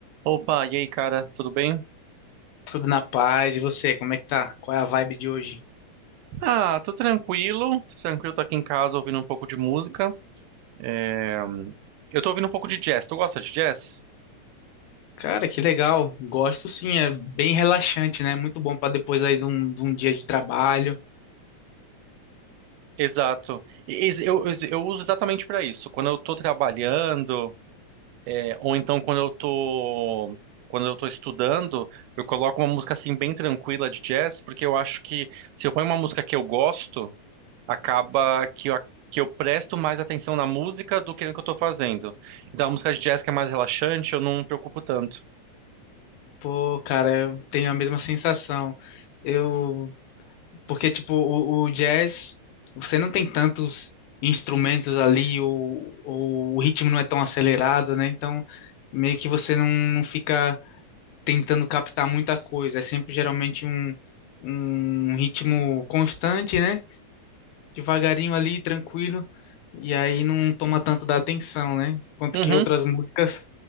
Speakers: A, on the right (about 85°); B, on the left (about 75°).
A: Opa, e aí, cara, tudo bem?
B: Tudo na paz. E você, como é que tá? Qual é a vibe de hoje?
A: Ah, tô tranquilo, tô tranquilo, tô aqui em casa ouvindo um pouco de música. É, Eu tô ouvindo um pouco de jazz, tu gosta de jazz?
B: Cara, que legal. Gosto sim, é bem relaxante, né? Muito bom pra depois aí de um, de um dia de trabalho.
A: Exato. E- e- Eu, eu, eu uso exatamente pra isso. Quando eu tô trabalhando, é, ou então quando eu tô, quando eu tô estudando, eu coloco uma música assim bem tranquila de jazz, porque eu acho que se eu ponho uma música que eu gosto, acaba que eu, que eu presto mais atenção na música do que no que eu tô fazendo. Então, a música de jazz que é mais relaxante, eu não me preocupo tanto.
B: Pô, cara, eu tenho a mesma sensação. Eu, porque tipo, o, o jazz, você não tem tantos instrumentos ali, ou, ou o ritmo não é tão acelerado, né? Então, meio que você não, não fica tentando captar muita coisa. É sempre geralmente um, um ritmo constante, né? devagarinho ali, tranquilo, e aí não toma tanto da atenção, né? Quanto
A: Uhum.
B: que outras músicas